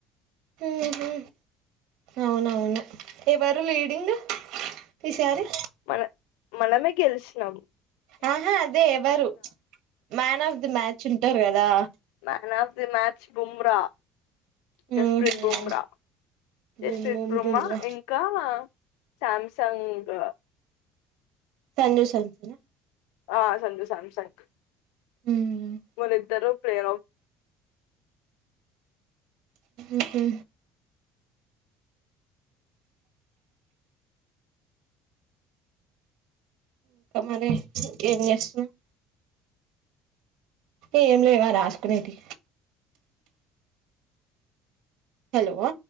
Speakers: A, on the right; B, on the left.
A: ఉహు అవునవును ఎవరు లీడింగ్ ఈ సారి.
B: మన మనమే గెలిచినం.
A: ఆహా అదే ఎవరు, ప్చ్ మ్యాన్ ఆఫ్ ది మ్యాచ్ ఉంటరు కదా.
B: Man of the match Bumrah.
A: ఉహు
B: Jasprit బ్రుమ్రా జస్ప్రీత్
A: బూమ్ బూమ్
B: బ్రుమ్మ
A: డుమ్ రా
B: ఇంకా. సామ్సంగ్.
A: సంజూ సాంసంన్ ఆ
B: ఆహ్ సంజు సాంసంగ్.
A: ఉహు
B: వాలిద్దరూ ప్రేరాఫ్
A: ఉహూ ఇంకా మరి ఏం చేస్తున్నవ్. ఏం లేవా రాసుకునేటి హలో